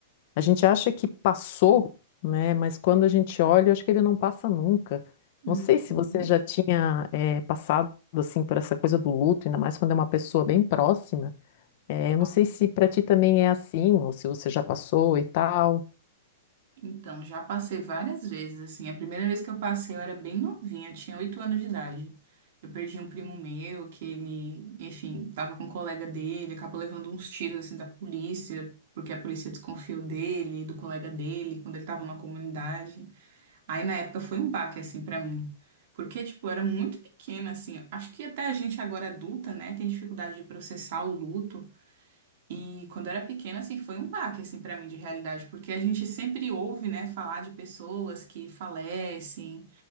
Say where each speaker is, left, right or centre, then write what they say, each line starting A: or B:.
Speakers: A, on the left (about 50°); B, on the right (about 60°).
A: a gente acha que passou, né? Mas quando a gente olha, eu acho que ele não passa nunca. Não
B: Uhum.
A: sei se você já tinha eh, passado assim por essa coisa do luto, ainda mais quando é uma pessoa bem próxima. Eh,
B: Bom,
A: eu não sei se pra ti também é assim, ou se você já passou e tal.
B: então, já passei várias vezes, assim. A primeira vez que eu passei, eu era bem novinha, eu tinha oito anos de idade. Eu perdi um primo meu, que ele, enfim, tava com um colega dele, acabou levando uns tiros, assim, da polícia, porque a polícia desconfiou dele, do colega dele, quando ele tava na comunidade. Aí na época foi um baque assim pra mim, porque tipo, eu era muito pequena assim. Acho que até a gente agora adulta, né, tem dificuldade de processar o luto. E quando eu era pequena assim, foi um baque assim para mim de realidade, porque a gente sempre ouve, né, falar de pessoas que falecem